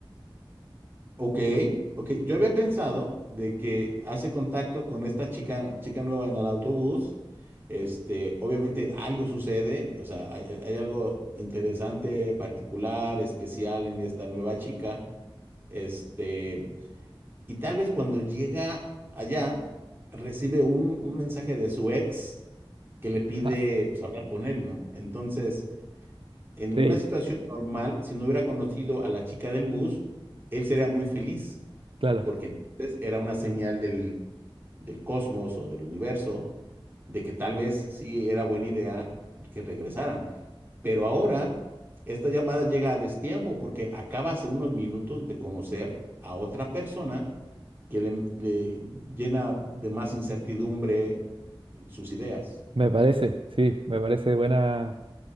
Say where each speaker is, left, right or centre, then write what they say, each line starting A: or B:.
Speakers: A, on the right (about 25°); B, on the right (about 70°).
A: ok, ok. Yo había pensado de que hace contacto con esta chica, chica nueva en el autobús. Este, obviamente algo sucede, o sea, hay, hay- hay algo interesante, particular, especial en esta nueva chica. Este, y tal vez cuando llega allá, recibe un, un mensaje de su ex que le pide
B: Ja,
A: pues, hablar con él, ¿no? Entonces, En
B: sí,
A: una situación normal, si no hubiera conocido a la chica del bus, él sería muy feliz,
B: claro,
A: porque entonces era una señal del, del cosmos o del universo de que tal vez sí era buena idea que regresaran. Pero ahora, esta llamada llega a destiempo porque acaba hace unos minutos de conocer a otra persona que le, le llena de más incertidumbre sus ideas.
B: me parece, sí, me parece buena,